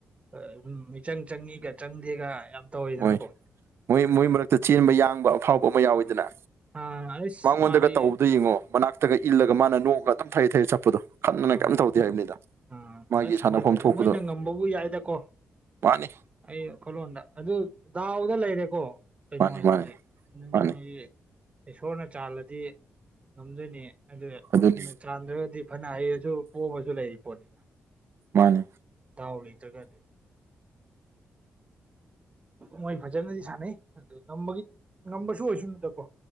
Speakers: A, on the right; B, on the right.
A: ꯑ ꯑꯗꯨꯝ ꯃꯤꯆꯪ ꯆꯪꯉꯤꯒ ꯆꯪꯗꯦꯒ ꯌꯥꯝ ꯇꯧꯋꯤꯗꯅꯀꯣ꯫
B: ꯃꯣꯏ ꯃꯣꯏ
A: ꯑꯗꯨ
B: ꯃꯣꯏ ꯃꯔꯛꯇ ꯆꯦꯟꯕ ꯌꯥꯡꯕ ꯑꯐꯥꯎꯕ ꯑꯃ ꯌꯥꯎꯋꯤꯗꯅ꯫
A: ꯑꯥ ꯑꯥ ꯑꯩꯁ
B: ꯃꯉꯣꯟꯗꯒ
A: ꯃꯥꯗꯤ
B: ꯇꯧꯕꯗꯣ ꯌꯦꯡꯉꯣ ꯃꯅꯥꯛꯇꯒ ꯏꯜꯂꯒ ꯃꯥꯅ ꯅꯣꯡꯑꯒ ꯑꯗꯨꯝ ꯊꯩꯔꯥ ꯊꯩꯔꯥ ꯆꯠꯄꯗꯣ꯫ ꯈꯟꯗꯅ
A: ꯑꯥ
B: ꯀꯩꯝ ꯇꯧꯗꯦ ꯍꯥꯏꯕꯅꯤꯗ
A: ꯑꯥ
B: ꯃꯥꯒꯤ
A: ꯑꯁ
B: ꯁꯥꯟꯅꯐꯝ
A: ꯃꯣꯏ ꯐꯖ
B: ꯊꯣꯛꯄꯗꯣ
A: ꯃꯣꯏꯅ ꯉꯝꯕꯕꯨ ꯌꯥꯏꯗꯀꯣ
B: ꯃꯥꯅꯤ꯫
A: ꯑꯩ ꯈꯨꯂꯣꯟꯗ ꯑꯗꯨ ꯗꯥꯎꯗ ꯂꯩꯔꯦꯀꯣ ꯀꯩꯅꯣ
B: ꯃꯥꯅꯤ
A: ꯍꯥꯏꯁꯤꯗꯤ
B: ꯃꯥꯅꯤ
A: <unintelligible>
B: ꯃꯥꯅꯤ
A: ꯏꯁꯣꯔꯅ ꯆꯥꯜꯂꯗꯤ ꯉꯝꯗꯣꯏꯅꯤ ꯑꯗꯨꯅ
B: ꯑꯗꯨꯅꯤ
A: ꯆꯥꯟꯗ꯭ꯔꯒꯗꯤ ꯐꯅ ꯍꯩꯔꯁꯨ ꯄꯣꯕꯁꯨ ꯂꯩꯔꯤ ꯄꯣꯠꯅꯤ
B: ꯃꯥꯟꯅꯤ
A: ꯗꯥꯎ ꯂꯩꯇ꯭ꯔꯒꯗꯤ ꯃꯣꯏ ꯐꯖꯅꯗꯤ ꯁꯥꯟꯅꯩ ꯑꯗꯨ ꯉꯝꯕꯒꯤꯗꯤ ꯉꯝꯕꯁꯨ ꯑꯣꯏꯁꯅꯨꯗꯀꯣ